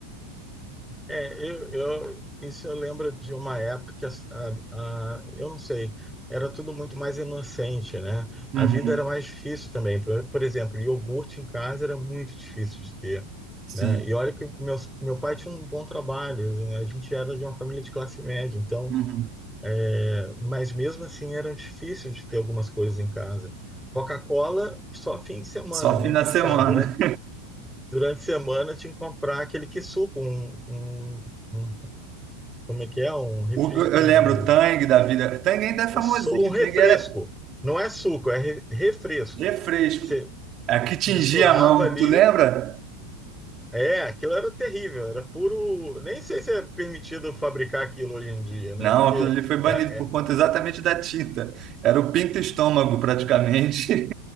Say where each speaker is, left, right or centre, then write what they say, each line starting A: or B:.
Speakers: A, in the centre; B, on the right.
A: É, eu, eu, isso eu lembro de uma época que as- a, a- eu não sei, era tudo muito mais inocente, né?
B: Uhum.
A: A vida era mais difícil também. Por, por exemplo, iogurte em casa era muito difícil de ter,
B: Sim.
A: né? E olha que meu, meu pai tinha um bom trabalho, né? a gente era de uma família de classe média, então,
B: Uhum.
A: é, mas mesmo assim era difícil de ter algumas coisas em casa. Coca-Cola só fim de semana,
B: Só
A: nem
B: fim de
A: pensar.
B: semana.
A: Durante, durante a semana tinha que comprar aquele que suco, um, um- um como é que é? Um, refri-
B: O- eu
A: um,
B: lembro o Tang da vida. Tang ainda é famosinho,
A: um, su- um refresco.
B: Tang era
A: Não é suco, é re- refresco.
B: refresco.
A: Você
B: É que tingia
A: misturava
B: a mão,
A: ali.
B: tu lembra?
A: É, aquilo era terrível, era puro. Nem sei se é permitido fabricar aquilo hoje em dia, né?
B: Não,
A: Porque
B: aquilo ali foi banido
A: é-
B: por
A: é-
B: conta exatamente da tinta. Era o pinto estômago, praticamente.